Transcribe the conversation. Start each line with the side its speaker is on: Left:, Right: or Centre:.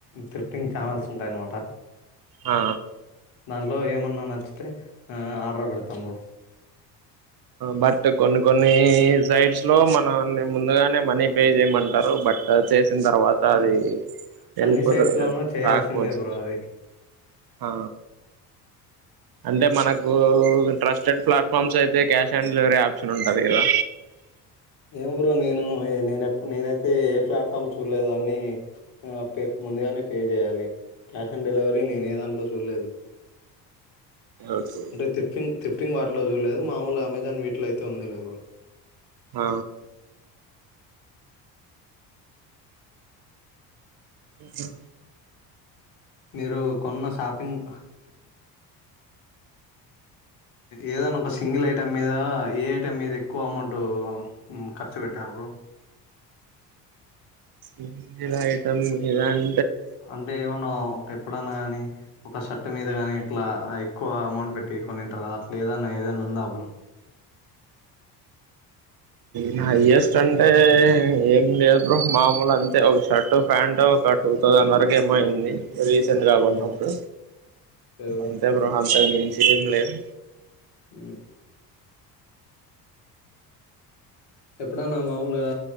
Left: త్రిఫ్టింగ్ ఛానల్స్ ఉంటాయన్నమాట
Right: ఆ
Left: దాంట్లో ఏమన్నా నచ్చితే ఆ ఆర్డర్ పెడతాన్ బ్రో
Right: బట్ కొన్ని కొన్ని సైట్స్ లో మనల్ని ముందుగానే మనీ పే చేయమంటారు ఓ బట్ చేస్ వచ్చిన తర్వాత
Left: అన్
Right: అది వెళ్ళిపోతది
Left: అన్ని సైట్స్ లోనూ
Right: కాదా
Left: చేయాల్సిందే
Right: రాకపోతే
Left: బ్రో అది
Right: ఆ అంటే మనకు ట్రస్టెడ్ ప్లాట్ఫామ్స్ అయితే క్యాష్ ఆన్ డెలివరీ ఆప్షన్ ఉంటది కదా
Left: ఏమో బ్రో నేను నేప్పు నేనైతే ఏ ప్లాట్ఫామ్ చూడలేదు అన్ని ఆ పె ముందుగానే పే చేయాలి క్యాష్ ఆన్ డెలివరీ నేనే ఏ దాంట్లో చూడలేదు
Right: ఓకే
Left: అంటే త్రిఫ్టింగ్ త్రిఫ్టింగ్ వాటిలో చూడలేదు మామూలుగా అమెజాన్ వీటిలో అయితే ఉంది లే బ్రో
Right: ఆ గెసౌ
Left: మీరు కొన్న షాపింగ్ ఏదనా ఒక సింగిల్ ఐటెం మీద, ఏ ఐటెం మీద ఎక్కువ అమౌంట్ మ్మ్ ఖర్చు పెట్టారు? బ్రో
Right: ఇంగిద ఐటం ఇదన్
Left: అంటే ఏమన్నా ఒక ఎప్పుడన్నా గాని ఒక సట్టు మీద గాని ఇట్లా ఎక్కువ అమౌంట్ పెట్టి కొనింటారు అట్ల ఏదన్న ఏదన్నా ఉందా బ్రో
Right: నా హైయెస్ట్ అంటే ఏం లేదు బ్రో మాములు ఒక షర్ట్ ప్యాంట్ ఒక టూ థౌసండ్ వరకేమో అయింది రీసెంట్ గా గొన్నప్పుడు
Left: ఆహా ఎవరు
Right: అంతే బ్రో అంతకు మించి ఏం లేదు
Left: ఊ ఎప్పుడనా మామూలుగా